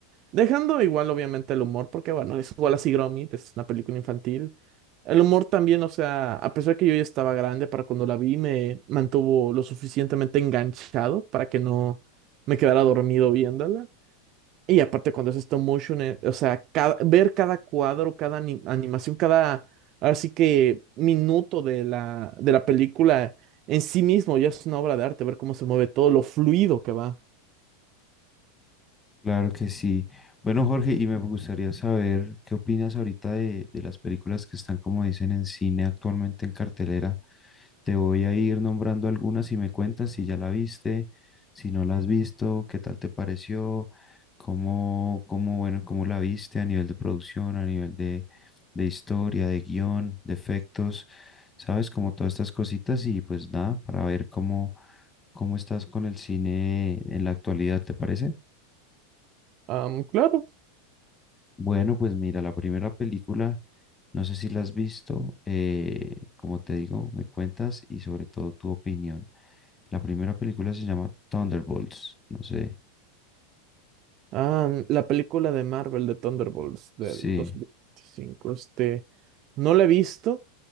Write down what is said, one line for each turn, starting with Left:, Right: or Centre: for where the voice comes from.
Right: dejando igual obviamente el humor, porque bueno, es Wallace y Gromit, es una película infantil. El humor también, o sea, a pesar que yo ya estaba grande para cuando la vi, me mantuvo lo suficientemente enganchado para que no me quedara dormido viéndola. Y aparte cuando es stop motion, eh, o sea, cada- ver cada cuadro, cada ani- animación, cada, ahora sí que minuto de la, de la película en sí mismo ya es una obra de arte, ver cómo se mueve todo, lo fluido que va.
Left: Claro que sí. Bueno, Jorge, y me gustaría saber qué opinas ahorita de, de las películas que están, como dicen, en cine actualmente en cartelera. Te voy a ir nombrando algunas y me cuentas si ya la viste, si no la has visto, qué tal te pareció, cómo, cómo, bueno, cómo la viste a nivel de producción, a nivel de, de historia, de guión, de efectos, sabes, como todas estas cositas y pues nada, para ver cómo, cómo estás con el cine en la actualidad, ¿te parece?
Right: Am, claro,
Left: Bueno, pues mira, la primera película, no sé si la has visto, eh, como te digo, me cuentas y sobre todo tu opinión. La primera película se llama Thunderbolts, no sé.
Right: Am, la película de Marvel de Thunderbolts del
Left: Sí,
Right: 2025, este, no la he visto,